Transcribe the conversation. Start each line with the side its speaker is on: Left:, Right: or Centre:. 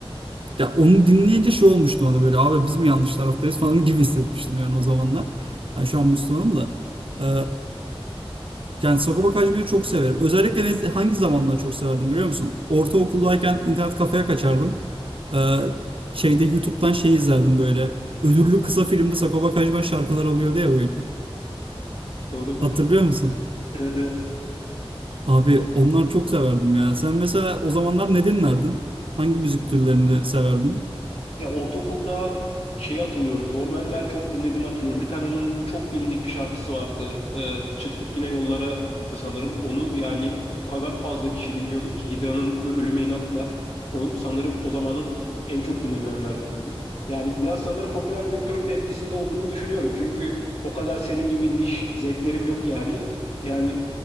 Right: ya onu dinleyince şey olmuştu ona böyle abi biz mi yanlış taraftayız <laughs> falan gibi hissetmiştim yani o zamanlar. Yani şu an Müslümanım da. Ee, yani Sagopa Kajmer'i çok severim. Özellikle ne- hangi zamanlar çok severdim biliyor musun? Ortaokuldayken internet kafeye kaçardım. Ee, şeyde YouTube'dan şey izlerdim böyle. Ödüllü kısa filmde Sagopa Kajmer şarkılar oluyordu ya böyle.
Left: Doğru.
Right: Hatırlıyor musun?
Left: Evet evet.
Right: Abi onlar çok severdim ya. Sen mesela o zamanlar ne dinlerdin? Hangi müzik türlerini severdin?
Left: Ya ortaokulda şeyi hatırlıyorum. Norman Der çok dinlediğimi hatırlıyorum. Bir tane onun çok bilindik bir şarkısı vardı. Ee, Çıktık Yine Yollara idi sanırım. Onu yani o kadar fazla kişi dinliyordu ki Hidra'nın Ö- Ölüme İnat'la o sanırım o zamanın en çok dinlenenlerdendi. Yani biraz sanırım popüler kültürün de etkisinde olduğumu düşünüyorum. Çünkü o kadar senin gibi niş zevklerim yok yani. Yani